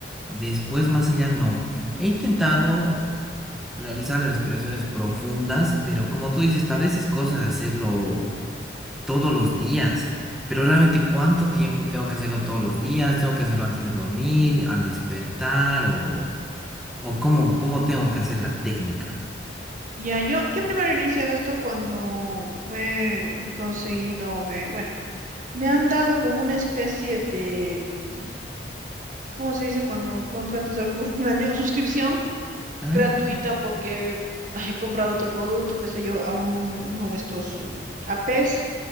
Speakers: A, in the centre; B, on the right (about 45°).
A: después, más allá, no. He intentado realizar respiraciones profundas, pero como tú dices, tal vez es cosa de hacerlo todos los días. Pero realmente, ¿cuánto tiempo tengo que hacerlo todos los días? ¿Tengo que hacerlo antes de dormir, al despertar o, o cómo, cómo tengo que hacer la técnica?
B: Ya, yo, yo primero he iniciado esto cuando me he conseguido, me, bueno, me han dado como una especie de, mm, ¿cómo se dice cuando contratas algo por <laughs> un año? Suscripción
A: Ah,
B: gratuita porque <laughs> ah, he comprado otro producto, qué sé yo, a un, uno de estos mm, APs.